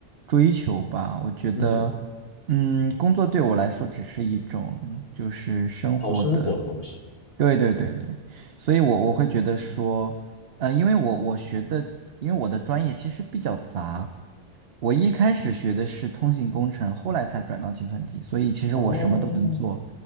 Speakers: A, on the right; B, on the left.
A: 追求吧。我觉得，
B: 嗯，
A: 嗯，工作对我来说只是一种就是生活的，
B: 讨生活的东西。
A: 对对对对，所以我我会觉得说。嗯、呃因为我我学的，因为我的专业其实比较杂，我一开始学的是通信工程，后来才转到计算机，所以其实我什么都能做。
B: 哦